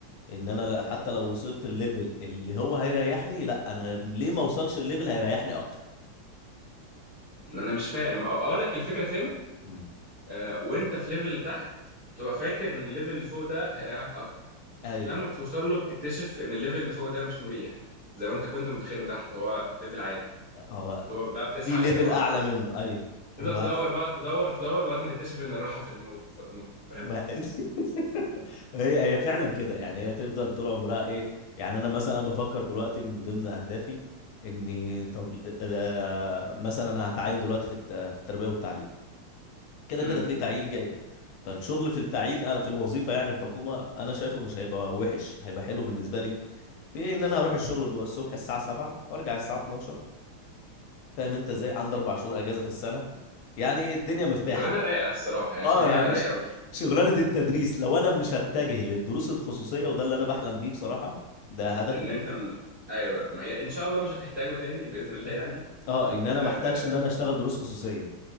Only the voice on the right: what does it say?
أنا مش فاهم أ- أقول لك الفكرة فين
آه وأنت في ليفل تحت تبقى فاكر إن الليفل اللي فوق ده هيريحك أكتر
لما بتوصل له بتكتشف إن الليفل اللي فوق ده مش مريح زي ما أنت كنت متخيله تحت هو ليفل عادي
بتبقى بقى بتسعى
للي بعده
عادي
تفضل
تدور بقى تدور تدور لغاية ما تكتشف إن الراحة في الموت فتموت فاهم
مم.
شغلانه رايقه الصراحه هي
شغلانه
رايقه
ان انت م... ايوه ما هي ان شاء الله مش هتحتاجه تاني باذن الله يعني
آه...